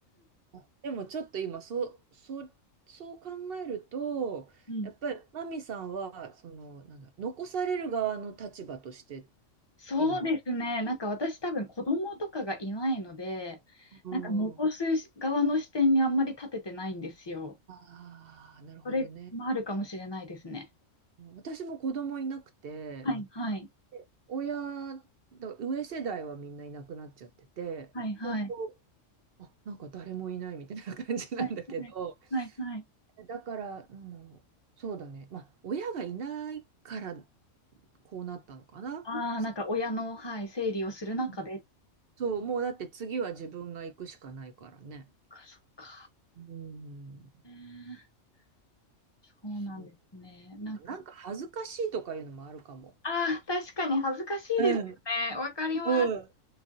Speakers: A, on the right; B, on the left.
A: あでもちょっと今、そう、そう、そう考えると、
B: うん。
A: やっぱりマミさんは、その、なんだ、残される側の立場として、
B: そうですね。
A: 今。
B: なんか私多分子供とかがいないので、
A: うん。
B: なんか残す側の視点にあんまり立ててないんですよ。
A: ああ、なるほどね。
B: それもあるかもしれないですね。
A: 私も子供いなくて、
B: はい、はい。
A: で親だ、上世代はみんないなくなっちゃってて、
B: はい、はい。
A: 本当、あ、なんか誰もいないみたいな感じなんだけど、
B: はい、はい。はい、はい。
A: だから、なんだろう、そうだね、まあ、親がいないからこうなったのかな。
B: ああ、
A: さ
B: なんか親の、はい、整理をする中で。
A: うんそう、もうだって次は自分が行くしかないからね。
B: そっか、そっか。
A: うん、
B: えーそうなんですね。
A: そう。
B: なんか、
A: あとなんか恥ずかしいとかいうのもあるかも。
B: ああ、確かに恥ずかしいですよね。
A: うん、
B: わかります。
A: うん。